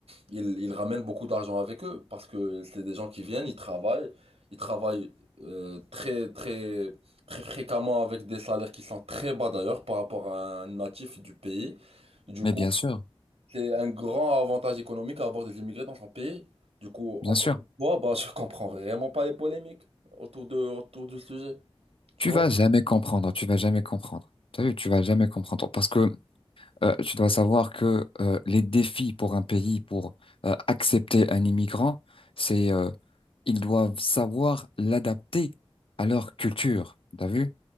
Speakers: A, on the right (about 80°); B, on the left (about 60°).
A: ils, ils ramènent beaucoup d'argent avec eux parce que c'est des gens qui viennent, ils travaillent, ils travaillent euh, très très très fréquemment avec des salaires qui sont très bas d'ailleurs par rapport à un natif du pays. Du
B: Mais
A: coup,
B: bien sûr,
A: c'est un grand avantage économique à avoir des immigrés dans son pays. Du coup,
B: bien
A: encore
B: sûr.
A: une fois, bah, je comprends vraiment pas les polémiques autour de autour du sujet, tu
B: Tu
A: vois?
B: vas jamais comprendre, tu vas jamais comprendre. T'as vu, tu vas jamais comprendre. Parce que euh, tu dois savoir que euh, les défis pour un pays, pour euh, accepter un immigrant, c'est euh, ils doivent savoir l'adapter à leur culture. T'as vu?